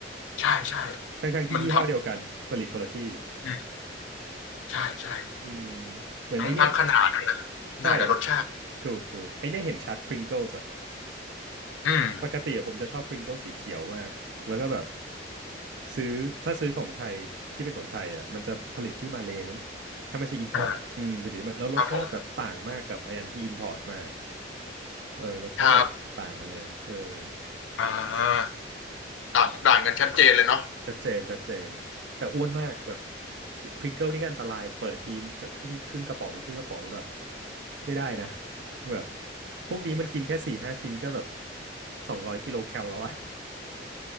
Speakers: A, on the left; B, on the right.
A: ใช่ใช่
B: ทั้งทั้งที่ยี่ห้อเดียวกันผลิตคนละที่
A: มันทำอืมใช่ใช่
B: อืมเหมือนไอเนี้ย
A: ทั้งทั้งขนาดขนาดกับรสชาติ
B: ใช่ถูกถูกไอเนี้ยเห็นชัด Pringles อะ
A: อืม
B: ปกติอะผมจะชอบ Pringles สีเขียวมากแล้วก็แบบซื้อถ้าซื้อของไทยที่เป็นของไทยอะมันจะผลิตที่มาเลย์มั้งถ้าไม่ใช่ import
A: อ่า
B: อะอืมผลิตที่มาแล้วรสชาติแบบต่างมากกับไออันที่
A: ครับผม
B: import มาเออรสชาติแบบต่างกันเลยเออ
A: ครับ อ่าต่างต่างกันชัดเจนเลยเนาะ
B: ชัดเจนชัดเจนแต่อ้วนมากแบบพริงเกิลนี่ก็อันตรายเปิดทีมจะครึ่งครึ่งกระป๋องครึ่งกระป๋องแบบไม่ได้นะ <laughs> แบบพวกนี้มันกินแค่สี่ห้าชิ้นก็แบบสองร้อยกิโลแคลแล้วอะ